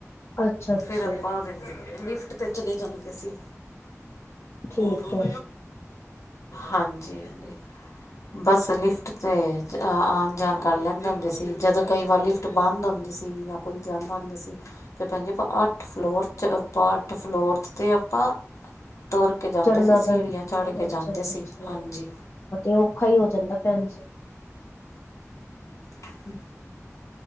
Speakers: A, on the left (about 55°); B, on the left (about 75°).
A: ਅੱਛਾ-ਅੱਛਾ,
B: ਫਿਰ ਆਪਾਂ ਲਿਫਟ ਤੇ ਚਲੇ ਜਾਂਦੇ ਸੀ
A: ਠੀਕ
B: ਦੋ।
A: ਐ
B: ਹਾਂਜੀ -ਹਾਂਜੀ ਬਸ ਲਿਫਟ 'ਤੇ ਆਉਣ ਜਾਣ ਕਰ ਲੈਂਦੇ ਹੁੰਦੇ ਸੀ ਜਦੋਂ ਕਈ ਵਾਰ ਲਿਫਟ ਬੰਦ ਹੁੰਦੀ ਤੁਸੀਂ ਜਾਂ ਕੋਈ ਜਾਂਦਾ ਆਂਦਾ ਸੀ। ਫਿਰ ਭੈਣ ਜੀ ਆਪਾਂ ਅੱਠ ਫਲੋਰ ਚ, ਅੱਠ ਫਲੋਰ ਚ ਤੇ ਆਪਾਂ ਤੁਰ ਕੇ ਜਾਂਦੇ
A: ਚੜਨਾ
B: ਸੀ ਸੀੜੀਆਂ
A: ਪੈ
B: ਚਾੜ ਕੇ ਜਾਂਦੇ
A: ਅੱਛਾ-ਅੱਛਾ-ਅੱਛਾ
B: ਸੀ ਹਾਂਜੀ।
A: ਔਖਾ ਹੀ ਹੋ ਜਾਂਦਾ ਭੈਣਜੀ।
B: ਹ।